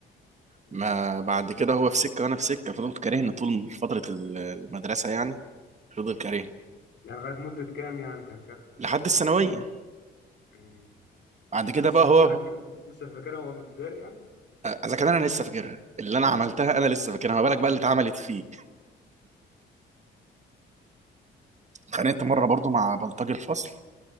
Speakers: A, on the left; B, on the right.
A: مم.
B: ما بعد كده هو في سكه وانا في سكه فضلت كارهني طول فتره المدرسه يعني فضل كارهني
A: يعني لغاية مدة كام يعني كان كارهة
B: لحد الثانويه
A: مم.
B: بعد كده
A: ولسه
B: بقى
A: فاكرها
B: هو
A: من- لسه فاكرها وهو ابتدائي يعني
B: اذا كان انا لسه فاكرها اللي انا عملتها انا لسه فاكرها ما بالك بقى اللي اتعملت فيه اتخانقت مره برضو مع بلطجي الفصل